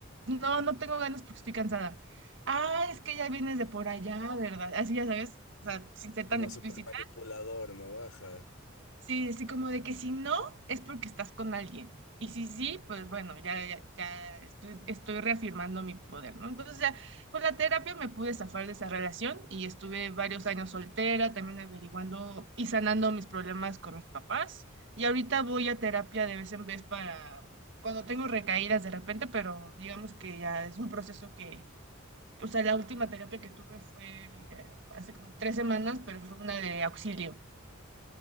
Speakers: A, on the right (about 60°); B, on the left (about 85°).
A: no, no tengo ganas porque estoy cansada. Ah, es que ya vienes de por allá, ¿verdad? Así ya sabes, o sea, sin ser
B: Como
A: tan explícito
B: súper manipulador, ¿no? Ajá.
A: Sí, sí, como de que si no, es porque estás con alguien. Y si sí, pues bueno, ya, ya, ya estoy, estoy reafirmando mi poder, ¿no? Entonces, ya, con la terapia me pude zafar de esa relación y estuve varios años soltera, también averiguando y sanando mis problemas con mis papás. Y ahorita voy a terapia de vez en vez para cuando tengo recaídas de repente, pero digamos que ya es un proceso que, o sea, la última terapia que tuve fue hace como tres semanas, pero fue una de auxilio.